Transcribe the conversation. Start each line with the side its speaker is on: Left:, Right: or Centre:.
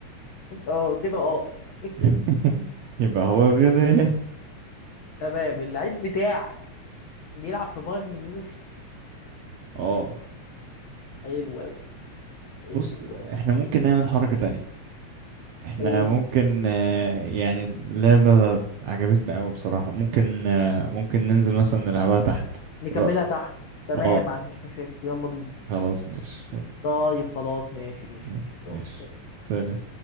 Left: اه كده اه <laughs>
Right: <laughs> يبقى هو فياريال
Left: تمام اللعيب بتاعك بيلعب في بايرن ميونخ
Right: اه
Left: حلو قوي حلو
Right: بص
Left: أوي.
Right: احنا ممكن نعمل حركة تانية احنا
Left: قول
Right: ممكن آه... يعني اللعبة عجبتنا قوي بصراحة ممكن آه... ممكن ننزل مثلا نلعبها تحت
Left: نكملها
Right: ايه رأيك
Left: تحت تمام
Right: اه
Left: ما عنديش مشاكل يلا بينا
Right: خلاص ماشي
Left: طيب خلاص ماشي قشطة.
Right: يلا
Left: يلا،
Right: ماشي
Left: سلام.
Right: سلام